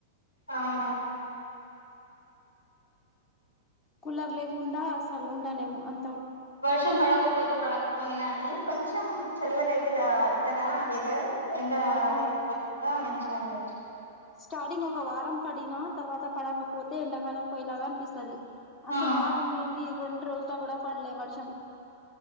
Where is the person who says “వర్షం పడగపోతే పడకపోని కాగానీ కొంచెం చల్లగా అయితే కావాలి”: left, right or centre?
Left